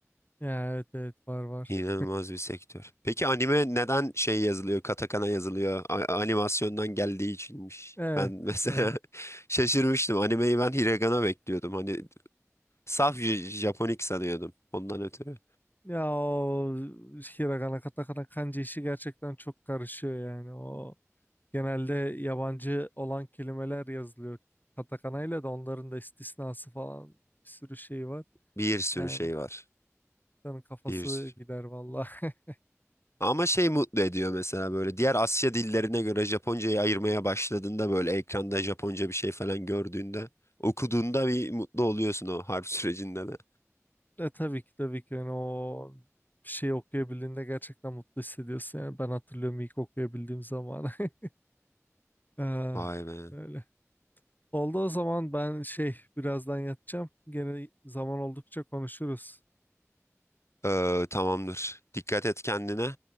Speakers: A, on the left; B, on the left.
A: Ya, evet evet var var.
B: İnanılmaz bir sektör. Peki anime neden şey yazılıyor, katakana yazılıyor? A- animasyondan geldiği içinmiş.
A: Evet.
B: Ben mesela
A: evet.
B: <laughs> şaşırmıştım. Animeyi ben hiragana bekliyordum. Hani saf J- Japonik sanıyordum. Ondan ötürü.
A: Ya o Hiragana, Katakana, Kanji işi gerçekten çok karışıyor yani. O genelde yabancı olan kelimeler yazılıyor. Katakana ile de onların da istisnası falan bir sürü şey var.
B: Bir sürü
A: Yani
B: şey var.
A: insanın kafası
B: Bir sürü.
A: gider vallahi. <laughs>
B: Ama şey mutlu ediyor mesela böyle diğer Asya dillerine göre Japoncayı ayırmaya başladığında böyle ekranda Japonca bir şey falan gördüğünde okuduğunda bir mutlu oluyorsun o harf <laughs> sürecinde de.
A: E, tabii ki tabii ki yani o bir şey okuyabildiğinde gerçekten mutlu hissediyorsun. Yani ben hatırlıyorum ilk okuyabildiğim zaman. <laughs> Ah,
B: Vay be.
A: öyle. Oldu o zaman ben şey birazdan yatacağım. Gene zaman oldukça konuşuruz.
B: Ee, tamamdır. Dikkat et kendine.